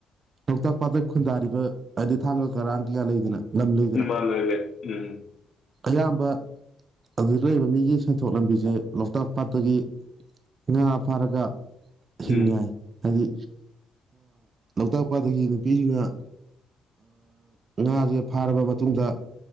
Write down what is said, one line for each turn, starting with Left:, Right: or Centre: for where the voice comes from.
Right: ꯂꯣꯛꯇꯥꯛ ꯄꯥꯠꯇ ꯈꯨꯟꯗꯥꯔꯤꯕ ꯍꯥꯏꯗꯤ ꯊꯥꯡꯒ ꯀꯔꯥꯡ ꯀꯩꯌꯥ ꯂꯩꯗꯅ ꯂꯝ ꯂꯩꯗꯅ
Left: ꯎꯃꯉꯦ ꯎꯝ
Right: ꯑꯌꯥꯝꯕ ꯑꯗꯨꯗ ꯂꯩꯔꯤꯕ ꯃꯤꯒꯤ ꯁꯦꯟꯊꯣꯛ ꯂꯝꯕꯤꯁꯦ ꯂꯣꯛꯇꯥꯛ ꯄꯥꯠꯇꯒꯤ ꯉꯥ ꯐꯥꯔꯒ ꯍꯤꯡꯌꯥꯏ
Left: ꯎꯝ
Right: ꯍꯥꯏꯗꯤ ꯂꯧꯣꯛꯇꯥꯛꯄꯗꯒꯤ ꯅꯨꯄꯤꯁꯤꯡꯅ ꯉꯥꯁꯦ ꯐꯥꯔꯕ ꯃꯇꯨꯡꯗ